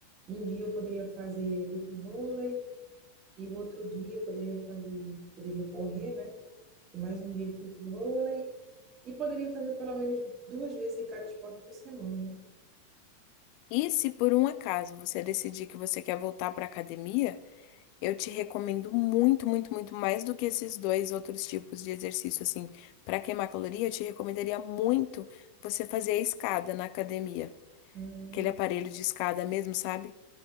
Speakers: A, on the right; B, on the left.
A: um dia eu poderia fazer futevôlei e o outro dia eu poderia fazer, poderia correr, né? E mais um dia de futevôlei e poderia fazer pelo menos duas vezes de cada esporte por semana, né?
B: E se por um acaso você decidir que você quer voltar pra academia, Eu te recomendo muito, muito, muito mais do que esses dois outros tipos de exercício, assim. Para queimar caloria, eu te recomendaria muito você fazer a escada na academia.
A: Hum,
B: Aquele aparelho de escada mesmo, sabe?